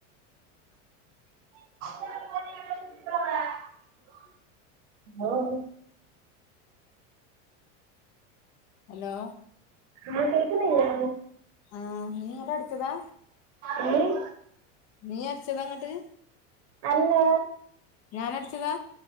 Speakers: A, on the right (about 70°); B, on the left (about 45°).
A: <inaudible>
B: hello
A: ആഹ കേൾക്കുന്നില്ലേ
B: ആഹ നീങ്ങോട്ട് അടിച്ചതാ
A: ഏഹ്
B: നീ അടിച്ചതാ ഇങ്ങോട്ട്
A: അല്ല
B: ഞാനടിച്ചതാ